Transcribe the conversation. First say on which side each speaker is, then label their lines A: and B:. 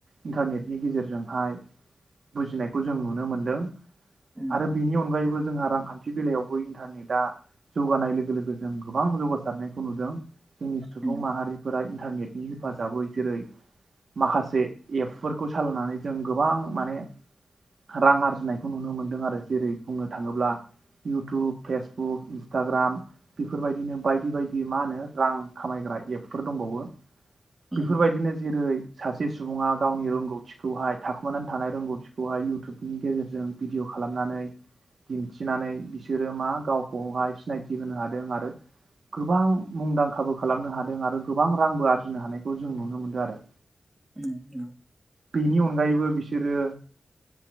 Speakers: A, on the right; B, on the right.
A: इन्टारनेटनि गेजेरजोंहाय बुजिनायखौ जों नुनो मोनदों।
B: उम
A: आरो बेनि अनगायैबो जोंहा रांखान्थि बेलायावबो इन्टारनेटआ जौगानाय लोगो लोगो जों गोबां जौगासारनायखौ नुदों। जोंनि सुबुं
B: उम
A: माहारिफोरा इन्टारनेटनि हेफाजाबै जेरै माखासे एपफोरखौ सालानानै जों गोबां माने रां आरजिनायखौ नुनो मोनदों आरो जेरै बुंनो थाङोब्ला इउटुब फेसबुक इन्सटाग्राम बेफोरबायदिनो बायदि बायदि मा होनो रां खामायग्रा एपफोर दंबावो
B: उम
A: बेफोरबायदिनो जेरै सासे सुबुङा गावनि रोंगौथिखौहाय थाखोमानानै थानाय रोंगौथिखौहाय यु उटुबनि गेजेरजों भिडिअ खालामनानै दिन्थिनानै बिसोरो मा गावखौहाय सिनायथि होनो हादों आरो गोबां मुंदांखाबो खालामनो हादों आरो गोबां रांबो आरजिनो हानायखौ जों नुनो मोनदों आरो।
B: उ औ।
A: बेनि अनगायैबो बिसोरो